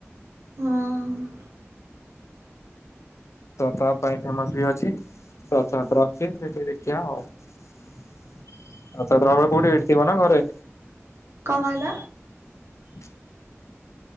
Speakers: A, on the right; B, on the left.
A: ହଁ।
B: ତ ତା ପାଇଁ ଫେମସ ବି ଅଛି ରଥଯାତ୍ରା ହଉଅଛି ସେଠି ଦେଖିବା ଆଉ ରଥଯାତ୍ରା ବେଳେ କୋଉଠି ଏଇଠି ଥିବ ନା ଘରେ?
A: କଣ କହିଲ?
B: <unintelligible>